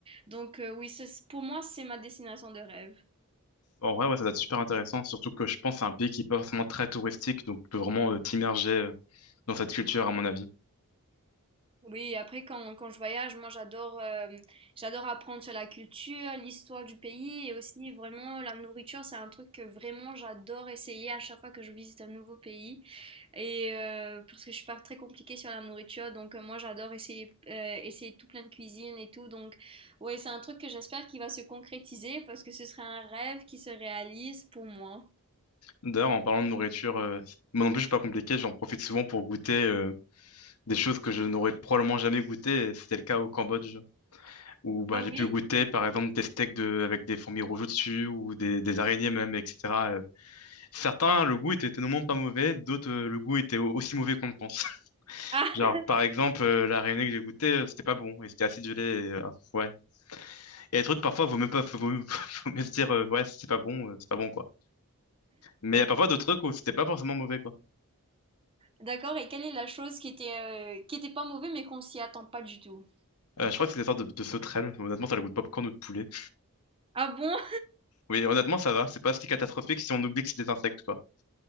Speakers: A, on the right; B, on the left.
A: Donc euh, oui, ce- pour moi, c'est ma destination de rêve.
B: En vrai, ouais, ça doit être super intéressant, surtout que je pense que c'est un pays qui est pas forcément très touristique, donc tu peux vraiment euh, t'immerger euh, dans cette culture, à mon avis.
A: Oui, après quand, quand je voyage, moi j'adore euh, j'adore apprendre sur la culture, l'histoire du pays et aussi vraiment la nourriture, c'est un truc que vraiment j'adore essayer à chaque fois que je visite un nouveau pays. Et euh, parce que je suis pas très compliquée sur la nourriture, donc euh, moi j'adore essayer euh, essayer tout plein de cuisine et tout. Donc ouais, c'est un truc que j'espère qu'il va se concrétiser parce que ce serait un rêve qui se réalise pour moi.
B: D'ailleurs, en parlant de nourriture, euh, moi non plus, je suis pas compliqué, j'en profite souvent pour goûter euh, des choses que je n'aurais probablement jamais goûté, et c'était le cas au Cambodge, où bah,
A: Ah
B: j'ai
A: oui?
B: pu goûter, par exemple, des steaks de, avec des fourmis rouges au-dessus, ou des, des araignées même, etc. euh, Certains, le goût était tellement pas mauvais, d'autres, euh, le goût était au- aussi mauvais qu'on le pense. <laughs>
A: Ah,
B: Genre,
A: <laughs>
B: par exemple, euh, la réunion que j'ai goûtée, euh, c'était pas bon, et c'était acidulé, et, euh, ah, ouais. Et les trucs, parfois, vaut mieux pas, faut mieux, <laughs> faut mieux se dire, euh, ouais, c'est pas bon, euh, c'est pas bon, quoi. Mais il y a parfois d'autres trucs où c'était pas forcément mauvais, quoi.
A: d'accord, et quelle est la chose qui était euh, qui était pas mauvaise mais qu'on s'y attend pas du tout?
B: Euh, je crois que c'est des sortes de, de sauterelles. Honnêtement, ça a le goût de popcorn ou de poulet.
A: Ah bon?
B: Oui, honnêtement, ça va, c'est pas si catastrophique si on oublie que c'est des insectes, quoi.